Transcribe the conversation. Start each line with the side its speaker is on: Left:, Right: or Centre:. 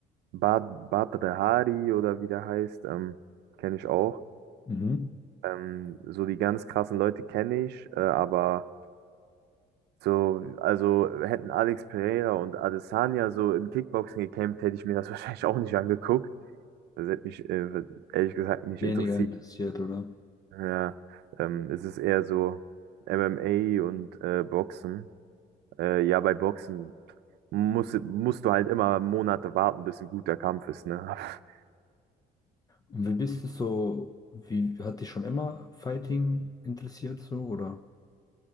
Right: Bad, Badr Hari oder wie der heißt, ähm, kenne ich auch.
Left: Mhm.
Right: Ähm, so die ganz krassen Leute kenne ich, äh, aber. So, also hätten Alex Pereira und Adesanya so im Kickboxen gekämpft, hätte ich mir das <laughs> wahrscheinlich auch nicht angeguckt. Das hätte mich äh, ehrlich gesagt nicht
Left: weniger
Right: interessiert.
Left: interessiert, oder?
Right: Ja, ähm, es ist eher so MMA und äh, Boxen. Äh, ja, bei Boxen musst, musst du halt immer Monate warten, bis ein guter Kampf ist, ne? <laughs>
Left: Und wie bist du so, wie hat dich schon immer Fighting interessiert, so, oder?